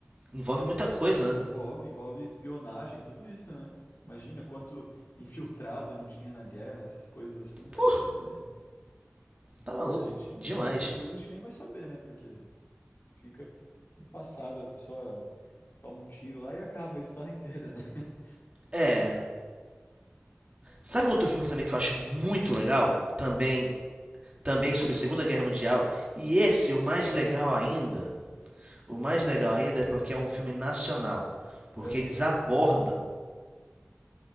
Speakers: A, on the right; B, on the left.
A: Envolve muita coisa,
B: Envolve,
A: né?
B: envolve espionagem, tudo isso, né? Imagina quanto infiltrado não tinha na guerra, essas coisas assim, deve
A: Pô,
B: ser
A: tá maluco.
B: que a gente.
A: Demais.
B: Muita coisa a gente nem vai saber, né? Porque fica no passado, a pessoa toma um tiro lá e acaba a história inteira, né? <laughs>
A: É. Sabe um outro filme que também que eu acho muito legal? Também, também sobre a Segunda Guerra Mundial. E esse, o mais legal ainda, o mais legal ainda é porque é um filme nacional. Porque
B: É,
A: eles abordam